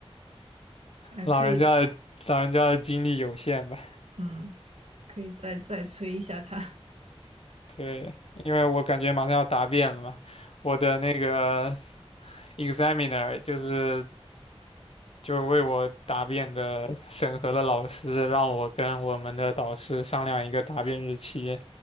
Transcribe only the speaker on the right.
哎，
可以，嗯。可以再再催一下他。